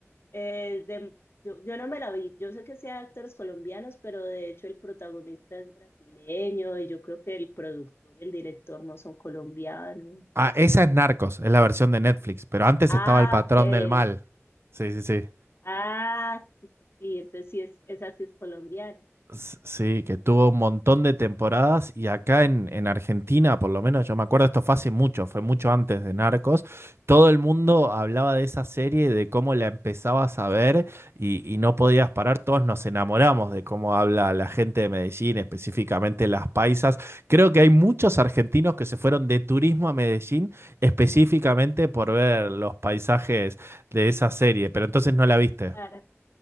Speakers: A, on the left (about 50°); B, on the right (about 55°).
A: eh, de- yo, yo no me la vi, yo sé que sea de actores colombianos, pero de hecho el protagonista es brasileño y yo creo que el productor y el director no son colombianos.
B: Ah, esa es Narcos, es la versión de Netflix, pero antes
A: Ah,
B: estaba El Patrón
A: ok.
B: del Mal. Sí, sí, sí.
A: Ah, sí, sí, sí, entonces sí es, esa sí es colombiana.
B: S- Sí, que tuvo un montón de temporadas y acá en, en Argentina, por lo menos yo me acuerdo, esto fue hace mucho, fue mucho antes de Narcos, todo el mundo hablaba de esa serie, de cómo la empezabas a ver y, y no podías parar, todos nos enamoramos de cómo habla la gente de Medellín, específicamente las paisas. Creo que hay muchos argentinos que se fueron de turismo a Medellín específicamente por ver los paisajes de esa serie, pero entonces no la viste.
A: Claro.